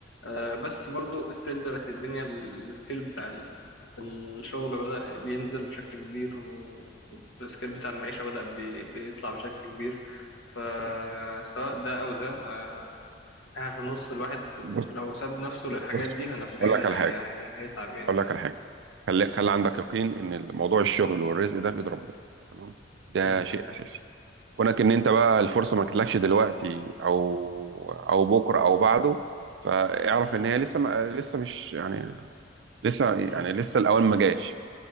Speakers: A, on the left; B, on the right.
A: آه، بس برضو ستيل دلوقتي الدنيا السكيل بتاع ال- الشغل بدأ بينزل بشكل كبير و- والسكيل بتاع المعيشة بدأ بي- بيطلع بشكل كبير فسواء ده أو ده آه، يعني في النص الواحد
B: بص
A: لو ساب نفسه للحاجات
B: بص
A: دي نفسيا
B: اقول
A: هي
B: لك على حاجه
A: هي هيتعب يعني
B: اقول لك على حاجه خلي خلي عندك يقين ان موضوع الشغل والرزق ده بايد ربنا تمام ده
A: مم.
B: شيء اساسي كونك ان انت بقى الفرصه ما جاتلكش دلوقتي او او بكره او بعده فاعرف
A: مم.
B: ان هي لسه ما لسه مش يعني لسه يعني
A: مم.
B: لسه الاول ما جاش